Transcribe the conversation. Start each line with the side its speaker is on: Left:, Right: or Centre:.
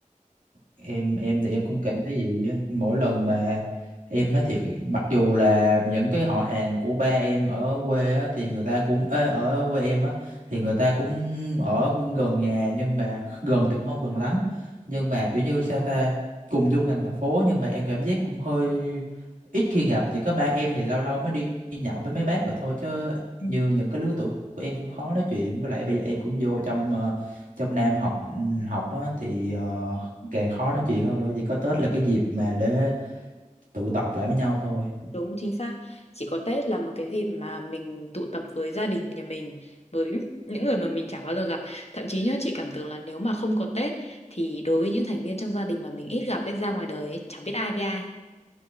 Right: em em thì em cũng cảm thấy vậy á mỗi lần mà em nói thiệt mặc dù là những cái họ hàng của ba em ở quê á thì người ta cũng ê, ở quê em á thì người
Left: Ừ,
Right: ta cũng ở gần nhà nhưng mà <laughs> gần thì cũng không gần lắm nhưng mà kiểu như sao ta cùng chung thành thành phố nhưng mà em cảm giác cũng hơi ít khi gặp chỉ có ba em thì lâu lâu mới đi, đi nhậu với mấy bác rồi thôi chứ
Left: ừ,
Right: như những cái lứa tuổi của em cũng khó nói chuyện với lại bây giờ em cũng vô trong ờ, trong Nam học ừ, học á, thì ờ, càng khó nói chuyện hơn nữa chỉ có Tết là cái dịp mà để tụ tập lại với nhau thôi
Left: Đúng chính xác chỉ có Tết là một cái dịp mà mình tụ tập với gia đình nhà mình với những người mà mình chả bao giờ gặp thậm chí nhá chị cảm tưởng là nếu mà không có Tết thì đối với những thành viên trong gia đình mà mình ít gặp ấy ra ngoài đời ấy, chẳng biết ai với ai